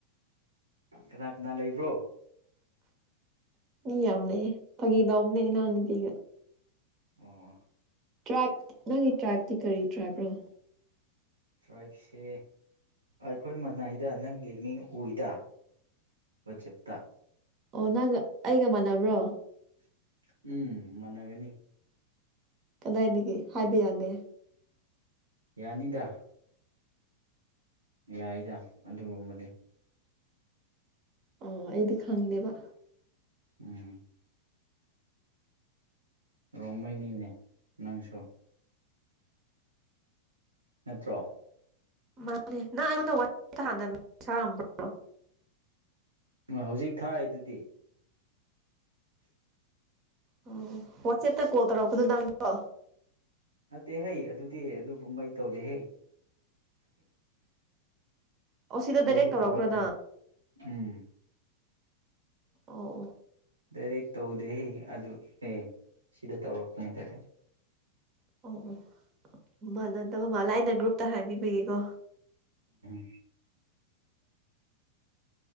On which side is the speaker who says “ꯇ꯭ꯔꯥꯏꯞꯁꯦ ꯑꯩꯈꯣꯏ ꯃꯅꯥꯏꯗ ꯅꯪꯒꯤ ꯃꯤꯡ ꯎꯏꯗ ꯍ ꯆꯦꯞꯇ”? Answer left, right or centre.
Right